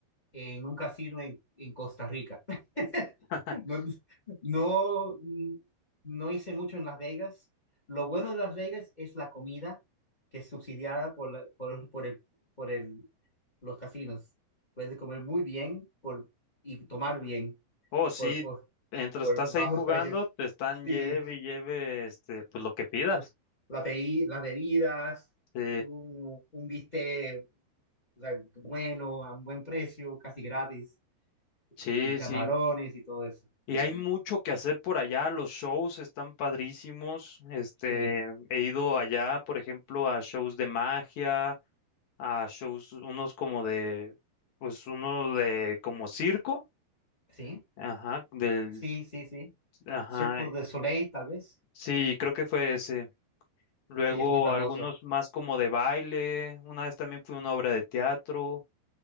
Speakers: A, on the left; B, on the left.
A: en un casino en, en Costa Rica. <laughs>
B: <laughs>
A: No, no, no hice mucho en Las Vegas. Lo bueno de Las Vegas es la comida que es subsidiada por, la- por, por el, por el- los casinos. Puedes comer muy bien por, y tomar bien
B: Oh, sí,
A: por, por,
B: mientras
A: por
B: estás
A: bajos
B: ahí jugando,
A: precios.
B: te están
A: Sí,
B: lleve y lleve, este, pues lo que pidas.
A: pues, la bebi- las bebidas,
B: Sí,
A: un, un bistec o sea, bueno, a un buen precio, casi gratis,
B: sí,
A: y camarones
B: sí.
A: y todo eso.
B: Y
A: Sí,
B: hay mucho que hacer por allá, los shows están padrísimos. Este,
A: sí,
B: he ido allá, por ejemplo, a shows de magia, a shows, unos como de, pues uno de como circo,
A: sí.
B: ajá, del,
A: Sí, sí, sí.
B: ajá,
A: Circle de Soleil, tal vez.
B: Sí, creo que fue ese. Luego
A: Sí, es muy famoso.
B: algunos más como de baile, una vez también fue una obra de teatro.